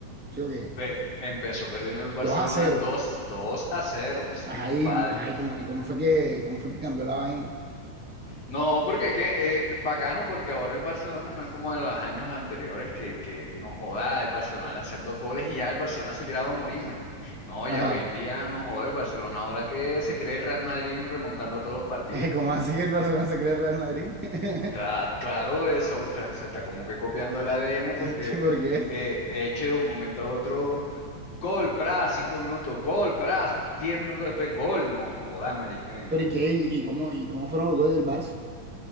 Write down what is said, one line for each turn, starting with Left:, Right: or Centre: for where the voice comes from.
Centre: ¿sí o qué?
Left: Pe- empezó perdiendo el Barcelona
Centre: 2 a cero
Left: dos dos a cero Sí,
Centre: Ajá,
Left: compadre.
Centre: y, ajá, y cómo, y cómo fue que, cómo fue que cambió la vaina.
Left: No, porque es que eh, bacano, porque ahora el Barcelona no es como en los años anteriores que, que nos joda el Barcelona le hacían dos goles y ya el Barcelona se tiraba a morir, marica. No,
Centre: Ajá.
Left: ya hoy en
Centre: <laughs>
Left: día nos joda el Barcelona, ahora que se cree el Real Madrid remontando todos los partidos.
Centre: Eh, ¿Cómo así que el Barcelona se cree el Real Madrid? <laughs>
Left: Cla- claro, eso está- se está como que copiando el ADN
Centre: <laughs>
Left: porque
Centre: ¿Y por qué?
Left: eh, eche de un momento a otro gol, pra, cinco minutos, gol, pra, diez minutos después, gol, no joda, marica. Yo,
Centre: Pero ¿y qué?
Left: yo
Centre: ¿Y, y cómo, y cómo fueron los goles del Barça?